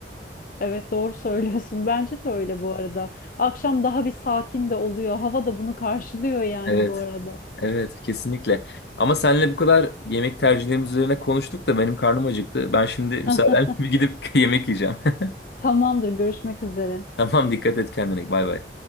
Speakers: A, on the left; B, on the left.
A: Evet doğru söylüyorsun. <laughs> Bence de öyle bu arada. Akşam daha bir sakin de oluyor. Hava da bunu karşılıyor yani
B: Evet,
A: bu arada.
B: evet, kesinlikle. Ama seninle bu kadar yemek tercihlerimiz üzerine konuştuk da benim karnım acıktı. Ben şimdi müsaadenle
A: <laughs>
B: bir gidip <laughs> yemek yiyeceğim. <laughs>
A: Tamamdır görüşmek üzere.
B: Tamam, dikkat et kendine. Bay bay.